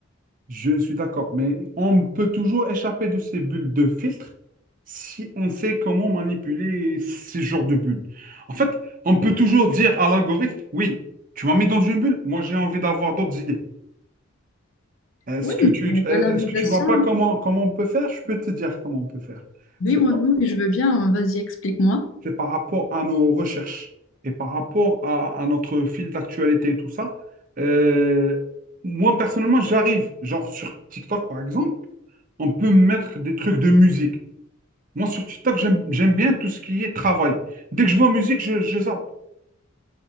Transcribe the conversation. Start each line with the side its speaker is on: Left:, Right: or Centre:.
Right: Je suis d'accord, mais on peut toujours échapper de ces bulles de filtre si on sait comment manipuler ces genres de bulles. En fait, on peut toujours dire à l'algorithme, oui, tu m'as mis dans une bulle, moi j'ai envie d'avoir d'autres idées. Est-ce
Left: Oui,
Right: que tu,
Left: mais
Right: euh,
Left: la navigation,
Right: est-ce que tu vois pas comment, comment on peut faire? Je peux te dire comment on peut faire.
Left: oui,
Right: C'est
Left: oui,
Right: par,
Left: oui, je veux bien, hein, vas-y, explique-moi.
Right: c'est par rapport à nos recherches et par rapport à, à notre fil d'actualité et tout ça. Euh, moi, personnellement, j'arrive, genre sur TikTok par exemple. on peut mettre des trucs de musique. Moi, sur TikTok, j'aime, j'aime bien tout ce qui est travail. Dès que je vois musique, je, je zappe.